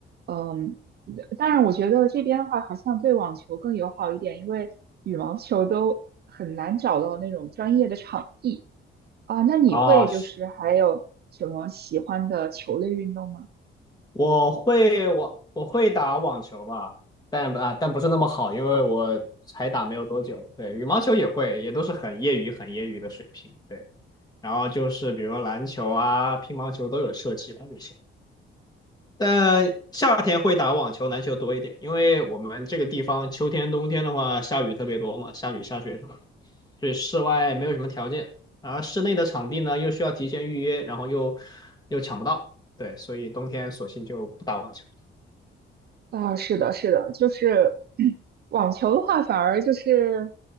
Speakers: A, on the right (about 50°); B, on the left (about 20°).
A: 嗯，当然我觉得这边的话好像对网球更友好一点，因为羽毛球都很难找到那种专业的场地啊。那你会就是还有什么喜欢的球类运动吗？
B: 啊是。我会网我会打网球吧，但不啊但不是那么好，因为我才打没有多久。对，羽毛球也会，也都是很业余很业余的水平。对，然后就是比如说篮球啊、乒乓球都有涉及吧就行。但夏天会打网球、篮球多一点，因为我们这个地方秋天、冬天的话下雨特别多嘛，下雨下雪什么的，所以室外没有什么条件，而室内的场地呢又需要提前预约，然后又又抢不到，对，所以冬天索性就不打网球。
A: 啊，是的，是的，就是 <clears throat> 网球的话，反而就是